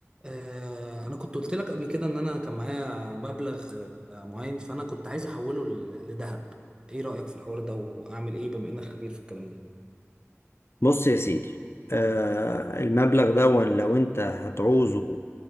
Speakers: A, on the right; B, on the left.
A: آه، انا كنت قلت لك قبل كده ان انا كان معايا مبلغ آه، معين فانا كنت عايز احوله ل- لذهب ايه رأيك في الحوار ده واعمل ايه بما انك خبير في الكلام ده
B: بص يا سيدي آه، المبلغ ده لو انت هتعوزه